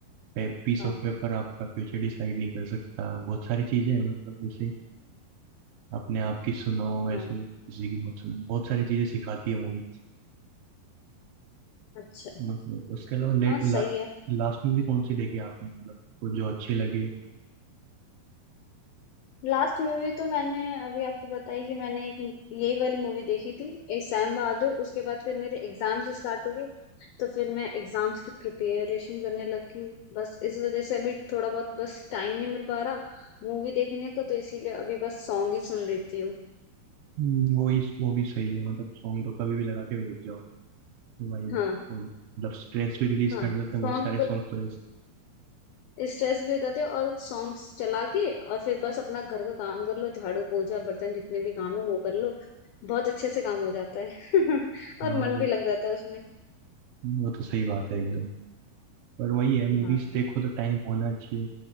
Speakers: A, on the right; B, on the left.
A: पीस
B: हाँ
A: ऑफ पेपर आपका फ्यूचर डिसाइड नहीं कर सकता बहुत सारी चीजें हैं मतलब ऐसे ही। अपने आप की सुनो ऐसे
B: हाँ
A: किसी की मत सुनो बहुत सारी चीजें सिखाती है मूवीज
B: अच्छा
A: मतलब उसके अलावा लेट
B: हाँ
A: ला,
B: सही है
A: लास्ट में भी कौन सी देखी आपने मतलब वो जो अच्छी लगी हो
B: लास्ट मूवी तो मैंने अभी आपको बताई कि मैंने एक यही वाली मूवी देखी थी एक सैम बहादुर उसके बाद फिर मेरे एग्जाम्स स्टार्ट हो गए तो फिर मैं एग्जाम्स की प्रिपरेशन करने लगी बस इस वजह से अभी थोड़ा बहुत बस टाइम नहीं मिल पा रहा मूवी देखने का तो इसीलिए अभी बस सॉन्ग ही सुन लेती हूँ
A: हम्म, वो ही वो भी सही है मतलब सॉन्ग तो कभी भी लगा के बैठ जाओ भाई
B: हाँ
A: हो जाती है। मतलब स्ट्रेस भी रिलीज
B: हाँ
A: कर देते
B: सॉन्ग
A: हैं बहुत सारे
B: तो
A: सॉन्ग तो ऐसे
B: स्ट्रेस भी बताते हैं और सॉन्ग्स चला के और फिर बस अपना घर का काम कर लो झाड़ू पोछा बर्तन जितने भी काम है वो कर लो बहुत अच्छे से काम हो जाता है <laughs>
A: हाँ
B: और मन भी लग जाता है उसमें
A: वो तो सही बात है एकदम पर वही है मूवीज
B: हाँ
A: देखो तो टाइम होना चाहिए